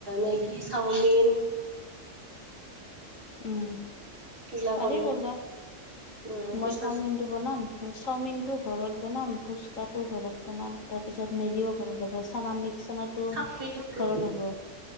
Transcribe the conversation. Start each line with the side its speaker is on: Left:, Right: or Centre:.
Right: মেগী, চাওমিন
Left: উম
Right: এইগিলা
Left: পাৰি
Right: কৰিম
Left: কৰিব।
Right: উম ফুচকা
Left: মই চাওমিনটো বনাম, চাওমিনটো ঘৰত বনাম ফুচকাতো ঘৰত বনাম, তাৰপিছত মেগীও ঘৰত হ'ব চানামিক চানাটো
Right: চাওমিনটো
Left: ঘৰত হ'ব।